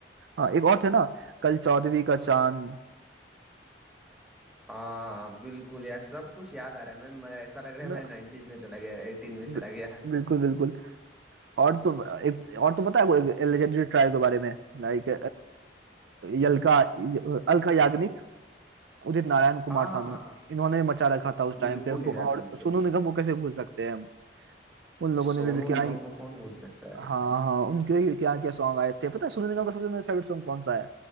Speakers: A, on the right; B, in the centre.
A: हाँ एक और थे ना कल चौदहवीं का चांद
B: हाँ बिल्कुल यार सब कुछ याद आ रहा है मैं, मैं ऐसा लग रहा
A: मैं
B: है मैं 90s में चला गया एटीन में
A: बि-
B: चला गया
A: बिल्कुल बिल्कुल और तो एक और तो पता है वो लेजेंडरी ट्राइब के बारे में लाइक यलका अलका याग्निक उदित नारायण कुमार
B: हाँ
A: सानू
B: हाँ हाँ हाँ
A: इन्होंने मचा रखा था उस टाइम
B: बिल्कुल
A: पे
B: यार
A: और
B: बिल्कुल
A: सोनू निगम को कैसे भूल सकते हैं हम? उन लोगों
B: सोनू
A: ने भी, भी क्या
B: निगम
A: ही
B: को कौन बोल सकता है
A: हाँ हाँ उनके ही क्या क्या सॉन्ग आए थे पता है सोनू निगम का सबसे मेरा फेवरेट सॉन्ग कौन सा है